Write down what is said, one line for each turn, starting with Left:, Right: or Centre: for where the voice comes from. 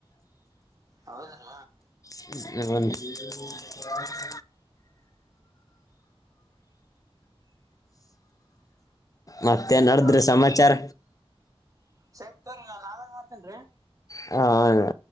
Right: ಹೌದ್ರ
Left: ಹ ಮತ್ತೆ
Right: ಹ
Left: ನಡೆದ್ರಿ
Right: ಹಾ
Left: ಸಮಾಚಾರ
Right: ಹಾ ಸ ರಿ ನ ನಾವೇನ್ ಮಾಡ್ತೇನ್ರೀ
Left: ಹ ಆ